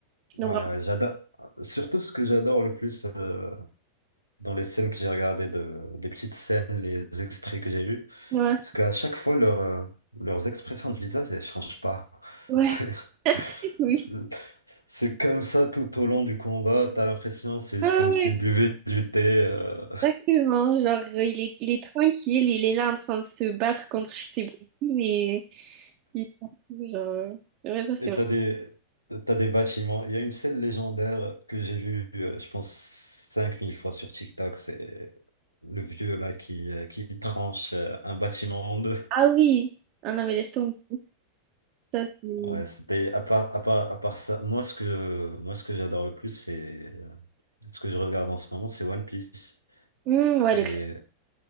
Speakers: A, on the left; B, on the right.
A: Ouais,
B: Donc,
A: ouais, j'adore. Surtout ce que j'adore le plus euh, dans les scènes que j'ai regardées, de... les petites scènes, les extraits que j'ai vus,
B: vraiment, ouais,
A: Parce qu'à chaque fois, leur, euh, leurs expressions de visage, elles changent pas. <laughs>
B: ouais,
A: C'est
B: <laughs> oui.
A: c'est- c'est comme ça tout au long du combat. T'as l'impression, c'est juste
B: Ah
A: comme
B: ouais,
A: s'ils buvaient du thé. euh,
B: exactement. Genre, euh, il est, il est tranquille, il est là en train de se battre contre je sais pas qui, mais il s'en fout, genre, euh, ouais, ça, c'est
A: et
B: vrai.
A: t'as des, t'as des bâtiments. Il y a une scène légendaire que j'ai vue, euh, je pense, 5000 fois sur TikTok. C'est le vieux là qui, euh, qui tranche euh, un bâtiment en deux.
B: Ah oui, ah non, mais laisse tomber. Ça, c'est...
A: Ouais, c'était à part, à part, à part ça, moi ce que moi ce que j'adore le plus, c'est ce que je regarde en ce moment, c'est One Piece.
B: Hmm, ouais,
A: Et
B: le